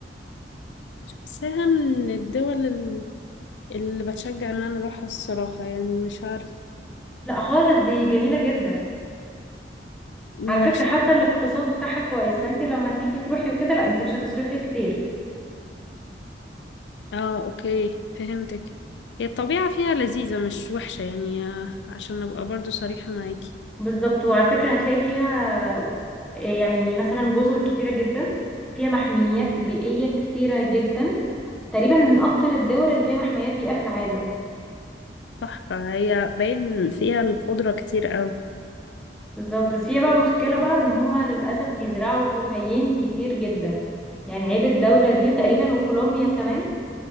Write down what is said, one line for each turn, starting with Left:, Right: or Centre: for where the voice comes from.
Left: بحسها من الدول ال- اللي بتشجع ان انا اروحها الصراحة يعني مش عارف
Centre: لا خالص دي جميلة جدا
Left: مش
Centre: على فكرة حتى
Left: عارف.
Centre: الاقتصاد بتاعها كويس فأنت لما تيجي تروحي وكده لا أنت مش هتصرفي كتير
Left: اه اوكي فهمتك هي الطبيعة فيها لذيذة مش وحشة يعني آه، عشان ابقى برضو صريحة معاكي
Centre: بالظبط وعلى فكرة هتلاقي فيها يعني مثلا جزر كتيرة جدا فيها محميات بيئية كتيرة جدا تقريبا من أكتر الدول اللي فيها محميات بيئة في العالم
Left: صح فهي باين فيها الخضرة كتير اوي
Centre: بالظبط بس فيها بقى مشكلة بقى إن هما للأسف بيزرعوا كوكايين كتير جدا يعني عيب الدولة دي وتقريبا وكولومبيا كمان